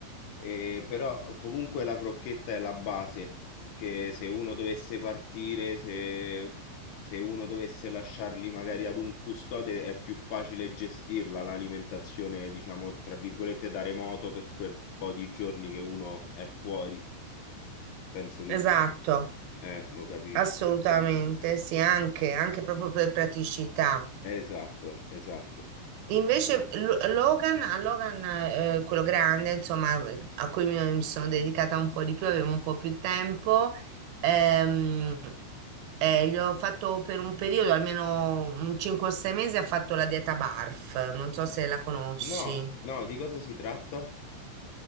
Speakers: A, on the left; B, on the right.
A: E però comunque la crocchetta è la base, perché se uno dovesse partire, se se uno dovesse lasciarli magari ad un custode è più facile gestirla l'alimentazione, diciamo, tra virgolette, da remoto per quel po' di giorni che uno è fuori. Penso tu,
B: Esatto,
A: eh, lo capisci
B: assolutamente,
A: meglio di me.
B: sì, anche, anche proprio per praticità.
A: Esatto, esatto.
B: Invece Lo- Logan, a Logan, eh, quello grande, insomma, a cui mi, mi sono dedicata un po' di più, avevo un po' più tempo, ehm, eh, gli ho fatto per un periodo, almeno un 5 o 6 mesi, ha fatto la dieta BARF, non so se la conosci.
A: No, no, di cosa si tratta?